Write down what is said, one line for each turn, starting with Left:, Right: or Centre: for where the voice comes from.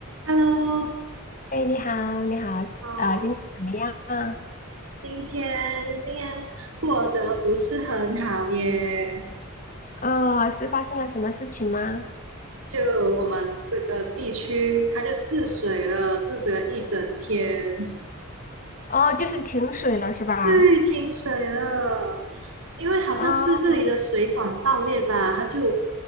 Right: Hello，
Left: 哎，你好，你好，
Right: 嗯，
Left: 啊、今天怎么样啊？
Right: 今天今天过得不是很好耶，
Left: 哦，是发生了什么事情吗？
Right: 就我们这个地区，它就治水了，治水了一整天，
Left: 哦，就是停水了是吧？
Right: 对，停水了，因为好像是这里的水管爆裂吧，
Left: 哦，
Right: 它就